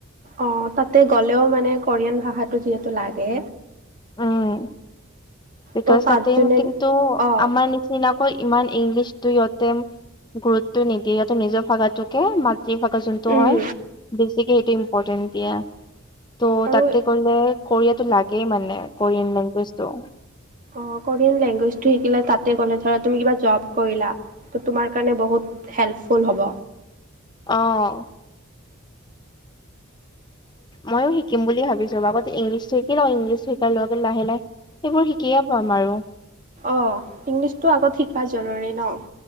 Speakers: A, on the right; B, on the left.
A: অঁ তাতে গ'লেও মানে কোৰিয়ান ভাষাটো যিহেতু লাগে।
B: উম বিকজ
A: ত' তাত
B: তাতে
A: যোনে
B: কিন্তু
A: অ',
B: আমাৰ নি- চিনাকৈ ইমান ইংলিছতটো সিহঁতে গুৰুত্ব নিদিয়ে, সিহঁতে নিজৰ ভাষাটোকে ম- লোকেল ভাষা যোনটো
A: উম,
B: হয় বেছিকে সেইটো ইম্পৰ্টেণ্ট দিয়ে। ত'
A: আৰু
B: তাতে গ'লে কোৰিয়াতটো লাগেই মানে কোৰিয়ান লেংগুৱেজটো।
A: অঁ, কৰিয়ান লেংগুৱেজ টো শিকিলে তাতে ক'লে ধৰা তুমি কিবা জব কৰিলা- ত তোমাৰ কাৰণে বহুত হেল্পফুল হ'ব।
B: অঁ। মইয়ো শিকিম বুলি ভাবিছো। আগতে ইংলিছটো শিকি লওঁ, ইংলিছটো শিকাৰ লগে লাহে লাহে- সেইবোৰ শিকিয়ে পাম আৰু।
A: অঁ, ইংলিছটো আগত শিকা জৰুৰী ন।